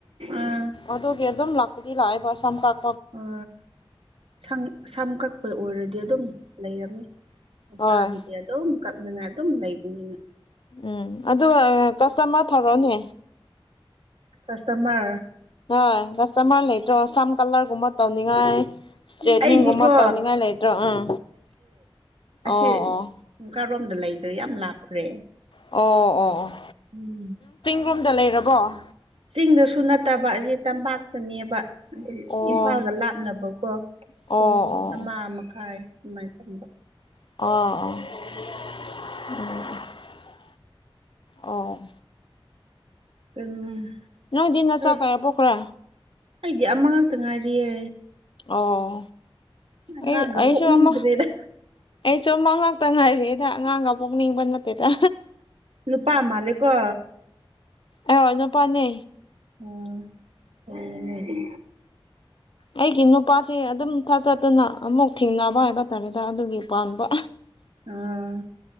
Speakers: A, on the right (about 85°); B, on the left (about 60°).
A: ꯑꯥ
B: ꯑꯗꯨ ꯑꯗꯨꯝ ꯂꯥꯛꯄꯗꯤ ꯂꯥꯛꯑꯦꯕ ꯑꯁꯥꯝ ꯀꯥꯛ
A: ꯑꯣ ꯁ ꯁꯝꯀ ꯑꯩꯈꯣꯏ ꯑꯣꯏꯔꯗꯤ ꯑꯗꯨꯝ ꯂꯩꯔꯝꯃꯤ ꯅꯨꯄꯥꯒꯤꯗꯤ
B: ꯍꯣꯏ
A: ꯑꯗꯨꯝ ꯀ ꯗꯅ ꯑꯗꯨꯝ ꯂꯩꯕꯅꯤꯅ
B: ꯎꯝ ꯑꯗꯨꯒ ꯀꯁꯇꯃꯔ ꯊꯧꯔꯣꯅꯦ
A: ꯀꯥꯁꯇꯃꯔ
B: ꯍ ꯀꯁ ꯃꯔ ꯂꯩ ꯇꯣ ꯆꯝ ꯀꯜꯅꯔ ꯀꯨꯃ ꯇꯥꯎ ꯉꯥꯏ ꯏꯁꯇ꯭ꯔꯦꯠꯅꯤꯡꯒꯨꯝꯕ
A: ꯑꯩꯗꯤꯀꯣ
B: ꯇꯧꯅꯤꯡꯉꯥꯏ ꯂꯩꯇ꯭ꯔꯣ ꯎꯝ
A: ꯑꯁꯤꯀꯥꯔꯣꯝꯗ
B: ꯑꯣ ꯑꯣ
A: ꯂꯩꯈ꯭ꯔꯦ ꯌꯥꯝ ꯂꯥꯞꯈ꯭ꯔꯦ
B: ꯑꯣ ꯑꯣ ꯑꯣ
A: ꯎꯝ
B: ꯔꯨꯝꯗ ꯂꯩꯔꯕꯣ
A: ꯆꯤꯡꯗꯁꯨ ꯅꯠꯇꯕ ꯑꯁꯤꯦ ꯇꯝꯄꯥꯛꯇꯅꯦꯕ ꯑꯗꯨꯝ
B: ꯑꯣ
A: ꯏꯝꯐꯥꯜꯒ ꯂꯥꯞꯅꯕꯀꯣ
B: ꯑꯣ
A: ꯄꯨꯡ
B: ꯑꯣ
A: ꯑꯃ ꯃꯈꯥꯏ ꯃꯥꯏ ꯆꯝꯕ
B: ꯑꯣ ꯑꯣ ꯎ ꯑꯣ
A: ꯎꯝ
B: ꯅꯗꯤꯟ ꯅ
A: ꯍꯣꯏ
B: ꯆꯥꯛ ꯀ ꯄꯣꯈꯔꯥ
A: ꯑꯩꯗꯤ ꯑꯃ ꯉꯛꯇ ꯉꯥꯏꯔꯤꯑ
B: ꯑꯣ
A: ꯑꯉꯥꯡꯒ
B: ꯑꯩ ꯑꯩꯁꯨꯃ
A: ꯄꯣꯛꯅꯤꯡꯗ꯭ꯔꯦꯗ
B: ꯑꯩ ꯆꯨꯝ ꯃ ꯉꯥꯛꯇꯪ ꯉꯥꯏꯔꯦꯗ ꯑꯉꯥꯡꯒ ꯄꯣꯛꯅꯤꯡꯕ ꯅꯠꯇꯦꯗ
A: ꯅꯨꯄꯥ ꯃꯥ ꯂꯩ ꯀꯣ
B: ꯑꯦ ꯍꯅꯄꯅꯦ
A: ꯑ ꯀ ꯍꯥꯏꯗꯤ
B: ꯑꯩꯒꯤ ꯅꯨꯄꯥꯁꯦ ꯑꯗꯨꯝ ꯊꯥ ꯆꯠꯇꯨꯅ ꯑꯃꯨꯛ ꯊꯦꯡꯅꯕ ꯍꯥꯏꯕ ꯇꯥꯔꯦꯗ ꯑꯗꯨꯒꯤ ꯄꯥꯟꯕ
A: ꯎꯝ